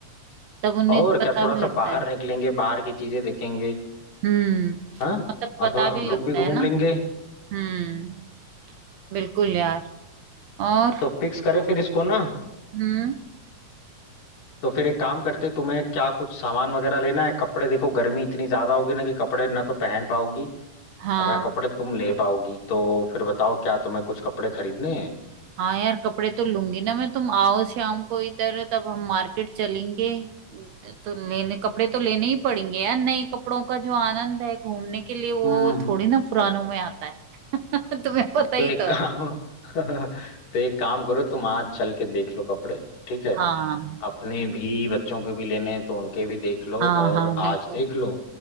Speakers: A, on the right; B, on the left.
A: तब उन्हें
B: और
A: पता
B: क्या थोड़ा
A: भी
B: सा
A: लगता
B: बाहर
A: है
B: निकलेंगे बाहर की चीजें देखेंगे
A: हम्म
B: हाँ
A: मतलब
B: और
A: पता
B: थोड़ा हम
A: भी
B: लोग
A: लगता
B: भी घूम
A: है ना
B: लेंगे
A: हम्म बिल्कुल यार और
B: तो फिक्स करें फिर इसको ना
A: हम्म
B: तो फिर एक काम करते तुम्हें क्या कुछ सामान वगैरह लेना है कपड़े देखो गर्मी इतनी ज्यादा होगी ना कि कपड़े ना तो पहन पाओगी
A: हाँ
B: और ना कपड़े तुम ले पाओगी तो फिर बताओ क्या तुम्हें कुछ कपड़े खरीदने हैं
A: हाँ यार कपड़े तो लूंगी ना मैं तुम आओ शाम को इधर तब हम मार्केट चलेंगे तो लेने कपड़े तो लेने ही पड़ेंगे यार नए कपड़ों का जो आनंद है घूमने के लिए वो
B: हम्म
A: थोड़ी ना पुरानों
B: तो
A: में आता है <laughs> तुम्हें पता ही
B: एक
A: तो
B: काम
A: है
B: <laughs> तो एक काम करो तुम आज चल के देख लो कपड़े ठीक है
A: हाँ
B: अपने भी बच्चों के भी लेने हैं तो उनके भी देख लो
A: हाँ
B: और
A: हाँ
B: आज
A: बिल्कुल
B: देख लो